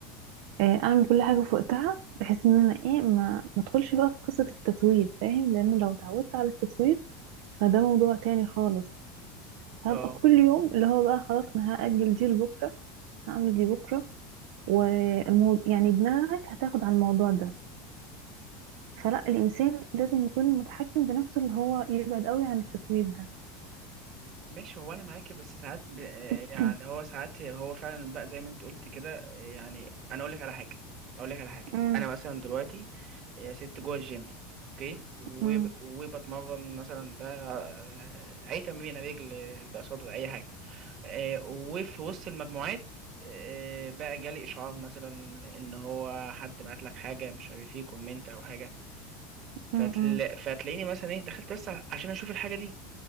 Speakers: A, on the right; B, on the right.
A: آه، اعمل كل حاجه في وقتها بحيث ان انا ايه ما ما ادخلش بقى في قصه التسويف فاهم لان لو اتعودت على التسويف فده موضوع تاني خالص فهبقى
B: اه
A: كل يوم اللي هو بقى خلاص انا هاجل دي لبكره هعمل دي بكره والموضوع يعني دماغك هتاخد على الموضوع ده فلا الإنسان لازم يكون متحكم بنفسه اللي هو يبعد قوي عن التسويف ده
B: ماشي هو انا معاكي بس ساعات ب... آه،
A: <coughs>
B: يعني هو
A: <clears throat>
B: ساعات هو فعلا بقى زي ما انت قلت كده يعني انا اقول لك على حاجه اقول لك على حاجه
A: أمم،
B: انا مثلا دلوقتي يا ست جوه الجيم اوكي وب...
A: أمم،
B: وبتمرن مثلا بقى آه، اي تمرين رجل بقى صدر اي حاجه آه، وفي وسط المجموعات آه، بقى جالي اشعار مثلا ان هو حد بعت لك حاجه مش عارف ايه كومنت او حاجه
A: أمم،
B: فتل... فتلاقيني مثلا ايه دخلت بس عشان اشوف الحاجه دي